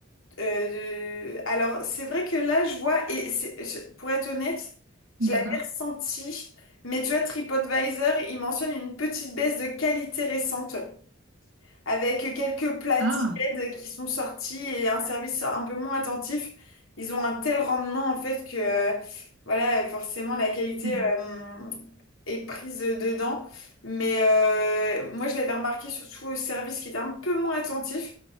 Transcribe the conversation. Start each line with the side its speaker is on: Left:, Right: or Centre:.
Left: euh, alors, c'est vrai que là, je vois, et c'est- je- pour être honnête, je
Right: D'accord.
Left: l'avais ressenti, mais tu vois, TripAdvisor, il mentionne une petite baisse de qualité récente avec quelques plats
Right: Ah,
Left: tièdes qui sont sortis et un service un peu moins attentif. Ils ont un tel rendement en fait que euh, voilà, forcément la qualité
Right: Hmm.
Left: euh, est prise dedans. Mais euh, moi je l'avais remarqué surtout au service qui était un peu moins attentif.